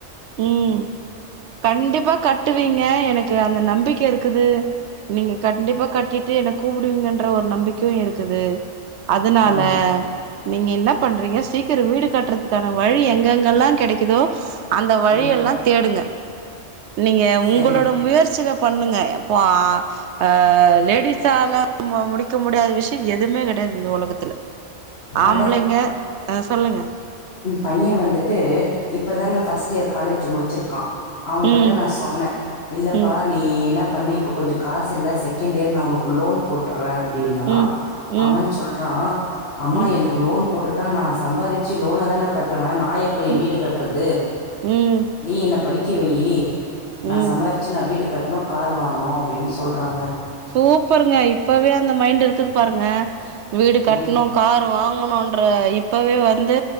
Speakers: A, on the right (about 70°); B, on the left (about 60°).
A: ம் கண்டிப்பா கட்டுவீங்க எனக் கு அந்த நம்பிக்க இருக்குது நீங்க கண்டிப்பா கட்டிட்டு என்ன கூப்டுவீங்கன்ற ஒரு நம்பிக்கையு இருக்குது அதுனால்
B: ஆமா.
A: ல நீங்க என்ன பண்றீங்க சீக்கிரொ வீடு கட்றதுக்கான வழி எங்கெங்கல்லா கெடைக்கிதோ அந்த வழியெல்லா
B: ம்.
A: தேடுங்க நீங்க உங்களோட
B: சரிங்க.
A: முயற்சியில பண்ணுங்க இப்போ ஆ லேடிஸால முடிக்க முடியாத விஷயொ எதுவுமே கடையாது இந்த ஒலகத்துல ஆம்பளைங்க
B: அட
A: அ சொல்லுங்க
B: பைய வந்துட்டு இப்போ தாங்க ஃபர்ஸ்ட்டியர் காலேஜு முடிச்சிருக்கா அவங்கிட்ட
A: ம்,
B: நா சொன்ன இல்லப்பா
A: ம்,
B: நீ என்ன பண்ணு இப்ப கொஞ்சொ காசு இல்ல செகண்ட்டியர் நா ஒனக்கு லோன் போட்டுர்ற அப்டின்னா
A: ம், ம்,
B: அவன் ஆ அம்மா
A: ம்,
B: எனக்கு லோன் போட்டுட்டா நா சம்பாதிச்சி லோன தான கட்டுவே நா நா எப்டி
A: ம்.
B: வீடு கட்றது
A: ம்
B: நீ என்ன படிக்க வெய்யி நா
A: ம்
B: சம்பாரிச்சி நா வீடு கட்ணோ கார் வாங்கணு அப்டின் சொல்றாங்க
A: சூப்பருங்க இப்பவே அந்த மைண்ட் இருக்குது பாருங்க வீடு கட்ணு
B: ம்.
A: கார் வா ங்கணுன்ற இப்பவே வந்து